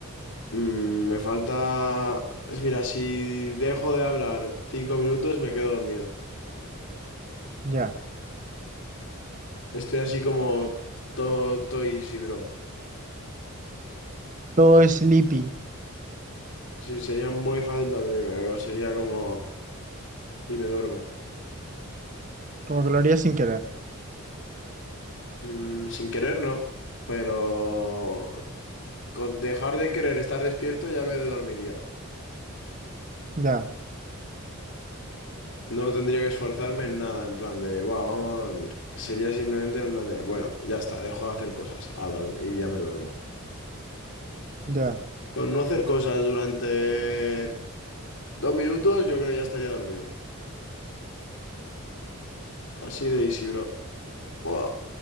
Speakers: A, on the left; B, on the right.
A: Mm, me falta... es- Mira, si dejo de hablar cinco minutos me quedo dormido.
B: Ya.
A: Estoy así como todo, todo easy, bro.
B: Todo sleepy,
A: Sí, sería muy fácil dormirme, bro. Sería como... Y me duermo.
B: como que lo haría sin querer.
A: Mm, sin querer, no. Pero con dejar de querer estar despierto ya me dormiría.
B: Ya,
A: No tendría que esforzarme en nada, en plan de, "Buah, vamos a dormir. Sería simplemente en plan de, bueno, ya está, dejo de hacer cosas a dor- y ya me duermo.
B: ya.
A: Con no hacer cosas durante dos minutos, yo creo que ya estaría dormido. Así de easy, bro. Buah,